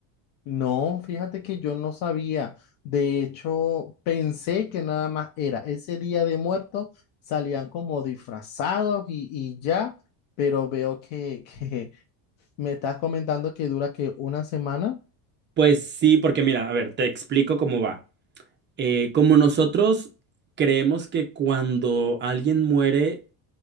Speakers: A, on the left (about 85°); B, on the right (about 25°).
A: No, fíjate que yo no sabía. De hecho, pensé que nada más era ese día de muertos, salían como disfrazados y, y ya, pero veo que, <laughs> que me estás comentando que dura que una semana.
B: Pues sí, porque mira, a ver, te explico cómo va. Eh, como nosotros creemos que cuando alguien muere